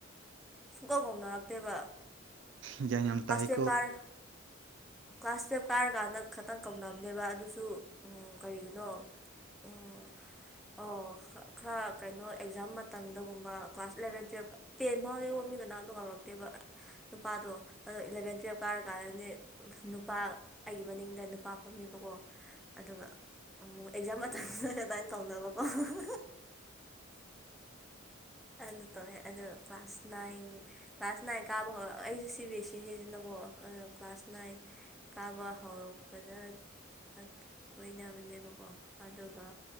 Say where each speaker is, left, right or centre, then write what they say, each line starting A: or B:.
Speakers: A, in the centre; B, on the right.
A: ꯁꯨꯡꯀꯧ ꯀꯧꯅꯔꯛꯇꯦꯕ
B: ꯌꯥꯡ ꯌꯝ ꯇꯥꯏ
A: ꯀꯔꯦ ꯀ꯭ꯂꯥꯁ ꯇꯨꯌꯦꯞ ꯀꯥꯔꯀꯥꯟꯗ ꯈꯇꯪ ꯀꯧꯅꯕꯅꯦꯕ ꯑꯗꯨꯁꯨ ꯎꯝ ꯀꯔꯤꯒꯤꯅꯣ ꯎꯝ ꯑꯣ ꯈꯥ ꯈꯔ ꯀꯩꯅꯣ ꯑꯦꯛꯖꯥꯝ ꯃꯇꯝꯗꯒꯨꯝꯕ ꯀ꯭ꯂꯥꯁ ꯏꯂꯦꯚꯦꯟ ꯇꯨꯌꯦꯜꯞ꯫ ꯇꯦꯟ ꯐꯥꯎꯗꯤ ꯃꯤ ꯀꯅꯥꯝꯇ ꯀꯧꯔꯛꯇꯦꯕ ꯅꯨꯄꯥꯗꯣ ꯑꯗꯣ ꯏꯂꯥꯚꯦꯟ ꯇꯨꯌꯞ ꯀꯥꯔꯀꯥꯟꯗꯗꯤ ꯅꯨꯄꯥ ꯑꯩꯒꯤ ꯃꯅꯤꯡꯗ ꯅꯨꯄꯥ ꯐꯝꯃꯦꯕꯀꯣ꯫ ꯑꯗꯨꯒ ꯑꯃꯨꯛ ꯑꯦꯛꯖꯥꯝ ꯃ꯫ <unintelligible> ꯑꯗꯥꯏ ꯀꯧꯅꯕꯀꯣ ꯍꯥ <unintelligible> ꯑꯗꯨ ꯇꯧꯋꯦ ꯑꯗꯣ ꯀ꯭ꯂꯥꯁ ꯅꯥꯏꯟ ꯀ꯭ꯂꯥꯁ ꯅꯥꯏꯟ ꯀꯥꯕ ꯍꯧꯔ ꯑꯩꯁꯨ ꯁꯤ ꯕꯤ ꯑꯦꯁꯤ ꯅꯦ ꯅꯪ ꯑꯣ ꯀ꯭ꯂꯥꯁ ꯅꯥꯏꯟ ꯀꯥꯕ ꯍꯧꯔꯛꯄꯗ꯫ ꯑ ꯀꯣꯏꯅꯕꯅꯦꯕꯀꯣ ꯑꯗꯨꯒ